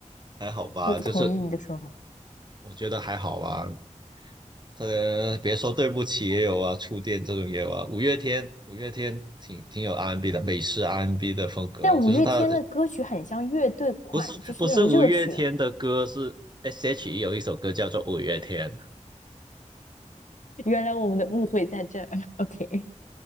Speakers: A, on the right; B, on the left.
A: 还好吧？
B: 我不同意你的说法。
A: 就是我觉得还好吧。呃，别说对不起也有啊，触电这种也有啊。五月天，五月天挺挺有 R&B n 的，美式 R&B n 的风格，
B: 但五月天的歌曲很像乐队款，
A: 就是他的不是不是五月天的歌，
B: 就是那种热血。
A: 是 S.H.E 有一首歌叫做《五月天》，
B: 原来我们的误会在这儿。OK，